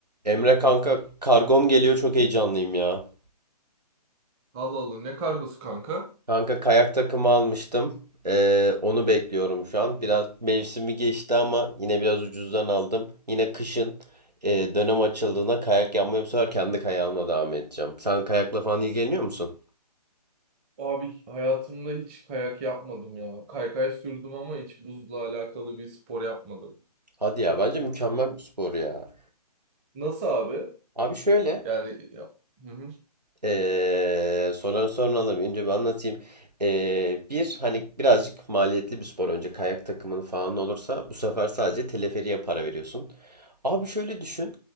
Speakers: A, on the right; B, on the right.
A: Emre kanka kargom geliyor çok heyecanlıyım ya.
B: Allah Allah ne kargosu kanka?
A: Kanka kayak takımı almıştım. Ee, onu bekliyorum şu an. Biraz mevsimi geçti ama yine biraz ucuzdan aldım. Yine kışın e, dönem açıldığında kayak yapmaya bu sefer kendi kayağımla devam edeceğim. Sen kayakla falan ilgileniyor musun?
B: Abi hayatımda hiç kayak yapmadım ya. Kaykay sürdüm ama hiç buzla alakalı bir spor yapmadım.
A: Hadi ya bence mükemmel bir spor ya.
B: Nasıl abi?
A: Abi şöyle
B: Yani ya. Hı hı.
A: Ee, soruları sonra alırım. Önce bir anlatayım. Ee, bir hani birazcık maliyetli bir spor. Önce kayak takımın falan olursa bu sefer sadece teleferiğe para veriyorsun. Abi şöyle düşün.